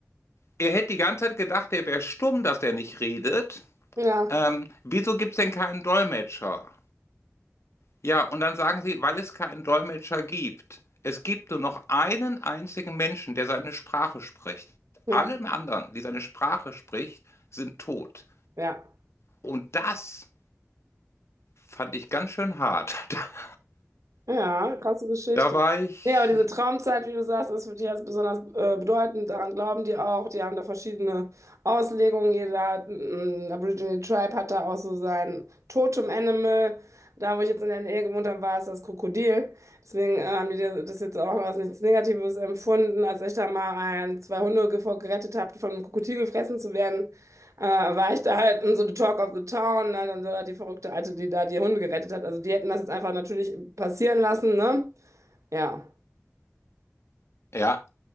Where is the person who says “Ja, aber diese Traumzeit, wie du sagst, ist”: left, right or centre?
Right